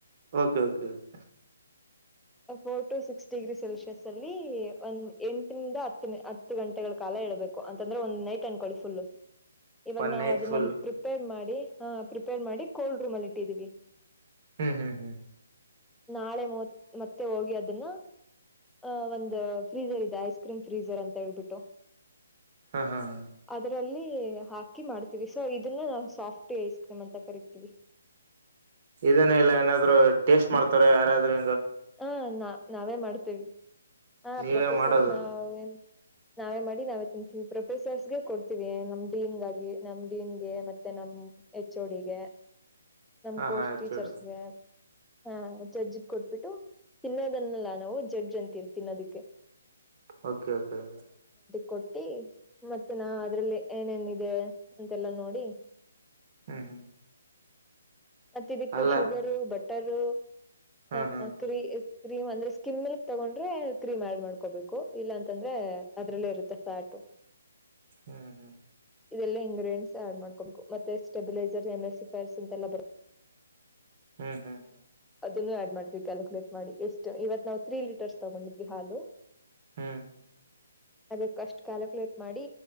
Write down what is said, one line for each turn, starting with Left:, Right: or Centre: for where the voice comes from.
Right: ಓಕೆ ಓಕೆ ಕೆ
Centre: four to six degree Celsius ಅಲ್ಲಿ ಒಂದ್ ಎಂಟನಂದ ಹತ್ತ ಹತ್ತು ಗಂಟೆಗಳ ಕಾಲ ೇಬೇಕು ಅಂತಂದ್ರೆ ಒಂದ ನೈಟ್ ಅನ್ಕೊಳ್ಳಿ ಫುಲ್ ಇವಾಗ
Right: ಒನ್
Centre: ನಾವವು
Right: ನೈಟ್
Centre: ಅದನ್ನ
Right: ಫುಲ್
Centre: ಪ್ರಿಪೇರ್ ಮಾಡಿ ಹ ಪ್ರಿಪೇರ್ ಮಾಡಿ ಕೋಲ್ಡ್ ರೂಮ್ ಅಲ್ಲಿ ಇಟ್ಟಿದೀವಿ
Right: ಹ್ಮ್ ಹ್ಮ್ ಹ್ಮ್
Centre: ನಾಳೆ ಮತ್ ಮತ್ತೆ ಹೋಗಿ ಅದನ್ನ ಆ ಒಂದು ಫ್ರೀಸರ್ ಇದೆ ಐಸ್ ಕ್ರೀಮ್ ಫ್ರೀಸರ್ ಅಂತ ಹೇಳ್ಬಿಟ್ಟು
Right: ಹ್ಮ ಹಾ ಹ
Centre: ಅದ್ರಲ್ಲಿ ಹಾಕಿ ಮಾಡ್ತೀವಿ ಸೊ ಇದನ್ನ ನಾವು ಸಾಫ್ಟ ಐಸ್ ಕ್ರೀಮ್ ಅಂತ ಕರಿತೀವಿ
Right: ಇದೇನ ಇಲ್ಲ ಏನಾದ್ರು ಟೇಸ್ಟ್ ಮಾಡ್ತಾರ ಯಾರಾದ್ರರು
Centre: ಹಾ ನಾ ನಾವೇ ಮಾಡ್ತೇವಿ ಹ
Right: ನೀವೇ
Centre: ಪ್ರೊಫೆಸರ್
Right: ಮಾಡೋದು
Centre: ನಾವ ನ್ ನಾವೇ ಮಾಡಿ ನಾವೇ ತಿಂತೀವಿ ಪ್ರೊಫೆಸರ್ಸ್ಗೆ ಕೊಡ್ತೀವಿ ನಮ್ ಡನ್ಗಾಗಿ ನಮ್ ಡಿನ್ಗೆ ಮತ್ತೆ ನಮ್ ಹ್ಮ ಹೆಚ್ಚೋಡಿಗೆ ನಮ್
Right: ಹಾ
Centre: ಕೋರ್ಸ್
Right: ಹಾ ಆಕ್ಚುಡ್
Centre: ಟೀಚರ್ಸ್ಗೆ ಹ ಜಜಜಗ್ ಕೊಟ್ಬಿಟ್ಟು ತಿನ್ನೋದನ್ನಲ್ಲಾ ನಾವು ಜಡ್್ರ್ ಅಂತೀವಿ ಅದುಕ್ಕೆ
Right: ಓಕೆ ಓಕೆ
Centre: ಕೊಟ್ಟಿ ಮತ್ತೆ ನಾ ಅದ್ರಲ್ಲಿ ಏನೇನ್ಿದೆ ಅಂತೆಲ್ಲಾ ನೋಡಿ
Right: ಹ್ಮ್ ಹ್ಮ್
Centre: ಮತ್ತ ಇದಕ್ಕೆ
Right: ಅಲ್ಲ
Centre: ಶುಗರು ಬಟರು
Right: ಹ್ಮ್
Centre: ಅ
Right: ಹ್ಮ್
Centre: ಕ್ರೀ ಕ್ರೀಮ್ ಅಂದ್ರೆ ಸ್ಕಿಮ್ ಮಿಲ್ಕ್ ತಗೊಂಡ್ರೆ ಕ್ರೀಮ್ ಆಡ್ ಮಾಡ್ಕೋಬೇಕು ಇಲ್ಲಾ ಅಂತಂದ್ರೆ ಅದ್ರಲ್ಲೇ ಇರುತ್ತೆ ಫ್ಯಾಟ
Right: ಹ್ಮ್ ಹ್ಮ್
Centre: ಇದೆಲ್ಲ ಇಂಗ್ರಿಡಿಯಂಟ್ಸ್ ಆಡ್ ಮಾಡ್ಕೋಬೇಕು ಮತ್ತೆ ಸ್ಟೆಬಿಲೈಸರ್ ಎಮಸಿಫೈರ್ಸ್ ಅಂತೆ ಬ
Right: ಹ್ಮ್ ಹ್ಮ್ ಹ್ಮ್
Centre: ಇನ್ನು ಆಡ್ ಮಾಡ್ತೀವಿ ಕ್ಯಾಲ್ಕುಲೇಟ್ ಮಾಡಿ ಎಷ್ಟು ಇವತ್ ನಾವು ತ್ರೀ ಲೀಟರ್ಸ್ ತಗೊಂಡಿದ್ವಿ ಹಾಲು
Right: ಹ್ಮ್ ಹ್ಮ್
Centre: ಅದಕ್ ಅಷ್ಟು ಕ್ಯಾಲ್ಕುಲೇಟ್ ಮಾಡಿ